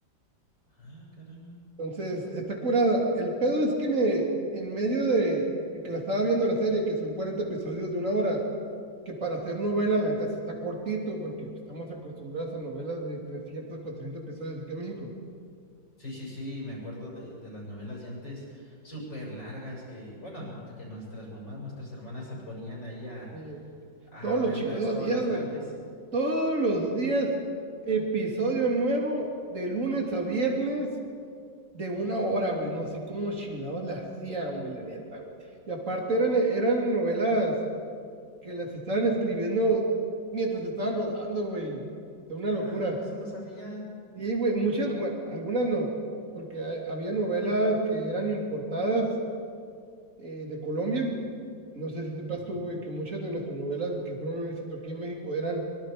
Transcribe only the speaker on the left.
Ah, caramba.
Sí, sí, sí, me acuerdo de, de las novelas de antes súper largas que, bueno, de que nuestras mamás, nuestras hermanas se ponían ahí a,
a
verlas
todas
las
tardes.
Ah, eso no sabía.
Ujú.